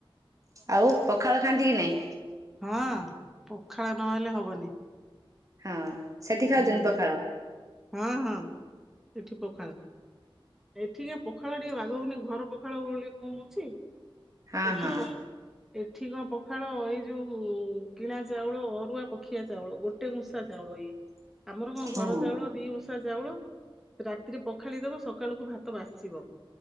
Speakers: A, on the right; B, in the centre.
A: ଆଉ ପଖାଳ ଖାଆନ୍ତି କି ନାଇଁ?
B: ହଁ ପଖାଳ ନହେଲେ ହବନି।
A: ହଁ ସେଠି ଖାଉଛନ୍ତି
B: ହୁଁ
A: ପଖାଳ।
B: ହଁ ହଁ ଏଠି ପଖାଳ। ଏଠିକି ପଖାଳ ଟିକେ ବାଗ ହଉନି ଘର ପଖାଳ ଭଳି କଣ ହଉଛି
A: ହଁ
B: ଏଠି
A: ହଁ
B: ପ ଏଠି କଣ ପଖାଳ ଏଇ ଯୋଉ କିଣା ଚାଉଳ ଅରୁଆ ପଖ ମୁଖିଆ ଚାଉଳ ଗୋଟେ ଉଁଷା ଚାଉଳ ଇଏ ଆମର କଣ
A: ହଁ
B: ଘର ଚାଉଳ ଦି ଉଁଷା ଚାଉଳ ରାତିରେ ପଖାଳି ଦବ ସକାଳକୁ ଭାତ ବାସିବ